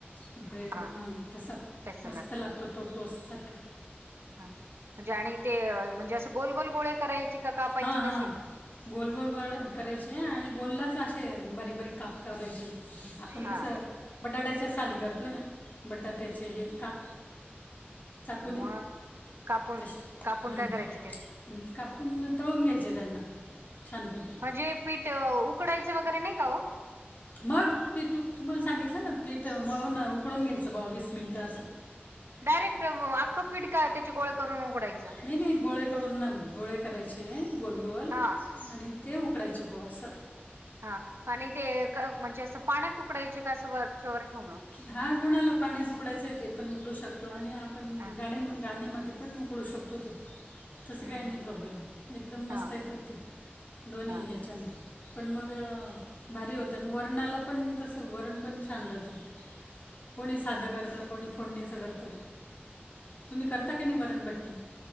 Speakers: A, on the left; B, on the right.
A: ब्रे
B: हा
A: हां तसा.
B: तस
A: मस्त
B: लागत
A: लागतो तो. टोस्टसारखा.
B: हा म्हणजे आणि ते म्हणजे असं गोल गोल गोळे करायचे का? कापायचे
A: हां
B: कसे?
A: हां गोल गोल गोळे करायचे. आणि गोललाच असे बारीक बारीक काप करायचे. आपण कसं
B: हा
A: बटाट्याच्या साली करतो ना. बटाट्याचे हे काप. चाकूने
B: म, कापून
A: तसे
B: कापून
A: हं.
B: काय करायचे ते?
A: आणि ते कापून तळून घ्यायचे त्यांना छानपैकी.
B: हे पीठ उकडायच वगैरे नाही का ओ?
A: मग पीठ तुम्हाला सांगितल ना पीठ मळून उकडून घ्यायच बवा वीस मिनट अस.
B: डायरेक्ट आख पीठ का त्याची गोळे करून उकडायच.
A: नाही नाही गोळे तळून ना गोळे करायचे गोलगोल
B: हां,
A: आणि ते उकडायचे बवा अस.
B: हा आणि ते म्हणजे अस पाण्यात उकडायचे का अस वरच्यावर ठेवण
A: हा कोणाला पाण्यात उकडायच आहे ते पण उकडू शकतो आणि आपण
B: हां.
A: गाडी गाळणीमध्ये पण <unintelligible> शकतो तिथे. तस
B: हं,
A: काही नाही
B: हं.
A: प्रॉब्लेम एकदम मस्त
B: हां,
A: येतात ते दोन्ही
B: हां.
A: याच्याने. पण मग भारी होत आणि वरणाला पण तस वरण पण छान राहत ते कोणी साध करत कोणी फोडणीच करत. तुम्ही करता की नाही वरणबट्टी.